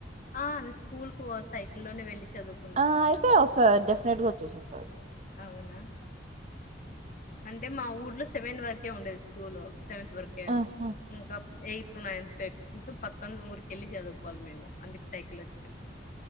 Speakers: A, on the left; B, on the right.
A: ఆ స్కూల్ కు సైకిల్ల్లో వెళ్ళి చదువుకున్నా
B: ఆ అయితే వస్తది డెఫినెట్ గా వచ్చేసేస్తది
A: అవునా అంటే మా ఊర్లో సెవెన్ వరకే ఉండేది స్కూల్ సెవెంత్ వరకే
B: ఆహా
A: ఇంకా ఎయిత్ నైన్త్ టెన్త్ పక్కన ఊరికెళ్ళి చదువుకోవాలి మేము అందుకు సైకిల్ వచ్చు